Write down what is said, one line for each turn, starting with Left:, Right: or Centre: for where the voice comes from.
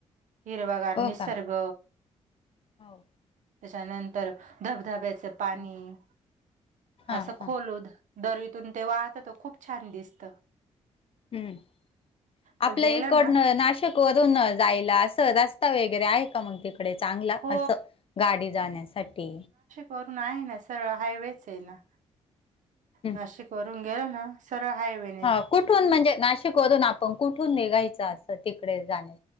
Right: हिरवागार
Left: हो
Right: निसर्ग.
Left: का हो
Right: त्याच्यानंतर धबधब्याचं पाणी
Left: हं, हां
Right: असं
Left: हां
Right: खोलू दरीतून ते वाहत तर खूप छान दिसत.
Left: हम्म. आपल्या
Right: तर गेलं
Left: इकडन
Right: ना
Left: नाशिक तून जायला अस रस्ता वगैरे आहे का मग ते डे चांगला
Right: हो
Left: असं गाडी जाण्यासाठी,
Right: वर आहे ना सरळ हायवेच आहे ना.
Left: हं.
Right: नाशिक वरून गेल ना सरळ हायवे.
Left: हा कुठून म्हणजे नाशिक मधून आपण कुठून निघायचं असं तिकडे जाण्या